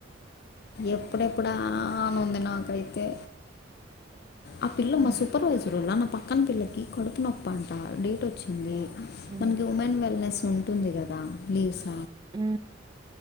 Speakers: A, on the left; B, on the right.
A: ఎప్పుడెప్పుడానుంది నాకైతే ఆ పిల్ల
B: హ్మ్
A: మా సూపర్వైజర్ వాళ్ళ నా పక్కన పిల్లకి కడుపు నొప్పంట డేట్ వచ్చింది
B: హ్మ్
A: మనకి ఉమెన్ వెల్నెస్ ఉంటుంది కదా లీవ్స్
B: ఉ